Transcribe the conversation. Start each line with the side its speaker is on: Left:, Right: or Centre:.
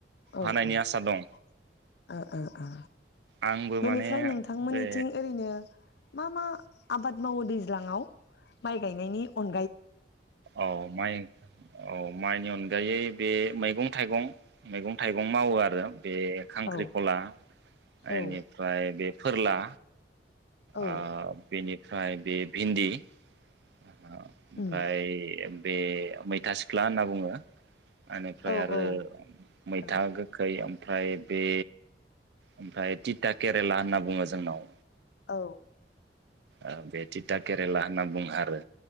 Left: औ ओ
Right: हानायनि आसा दं
Left: ओ ओ,
Right: आंबो
Left: बेनिफ्राय
Right: माने
Left: नोंथांमोननिथिं
Right: बे
Left: ओरैनो मा मा आबाद मावो दैज्लाङाव माइ गायनायनि अन
Right: औ माइ औ माइनि अनगायै बे मैगं थाइगं मैगं थाइगं मावो आरो। बे खांख्रिखला
Left: औ
Right: एनिफ्राय
Left: औ
Right: बे फोरला
Left: औ
Right: आ बेनि बे भिन्दि। ओमफ्राय।
Left: उम
Right: बे मैथा सिख्ला होनना बुङो। इनिफ्राय
Left: औ
Right: आरो
Left: औ
Right: मैथा
Left: औ
Right: गोखै ओमफ्राय बे ओमफ्राय टिटा केरेला होनना बुङो जोंनाव
Left: औ।
Right: ओ बे थिथा केरेला होनना बुङो आरो